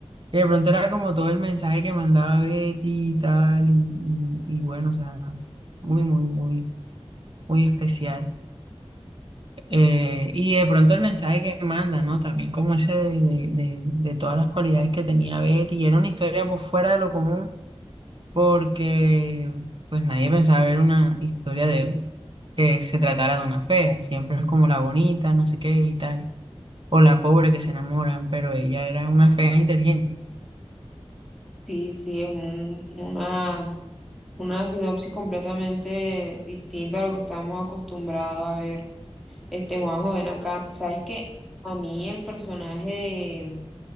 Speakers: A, on the right; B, in the centre.
A: Y de pronto era como todo el mensaje que mandaba Betty y tal, y, y y bueno, o sea, muy, muy, muy, muy especial. Eh, y de pronto el mensaje que manda, ¿no? También como ese de, de- de- de todas las cualidades que tenía Betty. Y era una historia pues fuera de lo común porque pues nadie pensaba ver una historia de que se tratara de una fea. Siempre es como la bonita, no sé qué y tal. O la pobre que se enamoran, pero ella era una fea inteligente.
B: Sí, sí, es un, una, una sinopsis completamente distinta a lo que estábamos acostumbrados a ver. Este Juanjo, ven acá. ¿Sabes que A mí el personaje de,